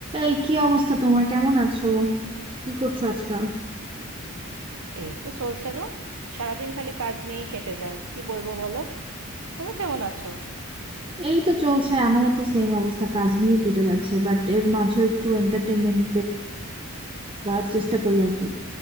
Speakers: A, on the right (about 25°); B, on the right (about 70°).
A: এই কি অবস্থা তোমার কেমন আছো কি করছো আজকাল
B: এই তো চলছে গো সারাদিন খালি কাজ নিয়েই কেটে যায় কি বলবো বলো তুমি কেমন আছো
A: এই তো চলছে আমারও তো সেম অবস্থা কাজ নিয়ে কেটে যাচ্ছে বাট এর মাঝে একটু এন্টারটেনমেন্ট করার চেষ্টা করি আর কি